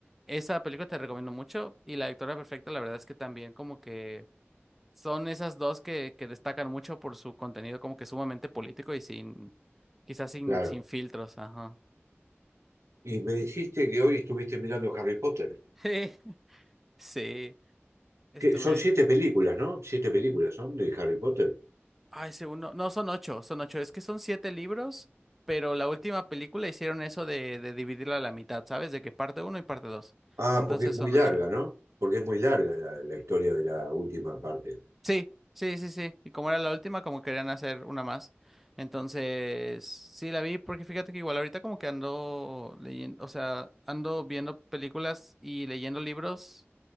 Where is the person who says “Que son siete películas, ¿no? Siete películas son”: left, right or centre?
Right